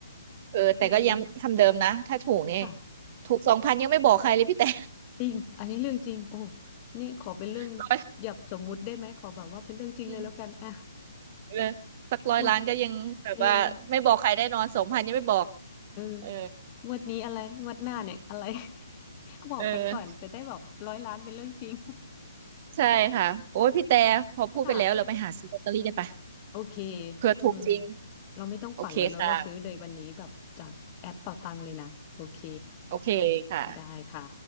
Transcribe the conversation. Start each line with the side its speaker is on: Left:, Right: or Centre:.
Right: เออแต่ก็ย้ำคำเดิมนะถ้าถูกเนี่ย
Left: <laughs> เออค่ะ
Right: ถูกสองพันยังไม่บอกใครเลยพี่แต่
Left: จริงอันนี้เรื่องจริงโอ้นี่ขอเป็นเรื่อง
Right: <laughs> ร้อ
Left: หยับสมมุติได้ไหมขอแบบว่าเป็นเรื่องจริงเลยแล้วกัน
Right: ย
Left: <laughs> อ่ะ
Right: เออ
Left: <laughs>
Right: สักร้อยล้านก็ยังแบบว่าไม่บอกใครแน่นอนสองพันยังไม่บอก
Left: หมดจริง เออ
Right: เออ
Left: งวดนี้อะไรงวดหน้าเนี่ยอะไร <laughs> บอกกันก่อนจะได้แบบร้อยล้านเป็นเรื่องจริง
Right: เออ
Left: <laughs>
Right: ใช่ค่ะโอ้ยพี่แต่พอพูดไปแล้วเราไปหาซื้อลอตเตอรี่กันไปะ
Left: เออค่ะโอเค
Right: เผื่อถูกจริง
Left: อืมเราไม่ต้องฝันแล้วเนอะ
Right: โอเคค่ะ
Left: เราซื้อเลยวันนี้แบบจากแอปเป๋าตังเลยนะ โอเค
Right: โอเคค่ะ
Left: ได้ค่ะ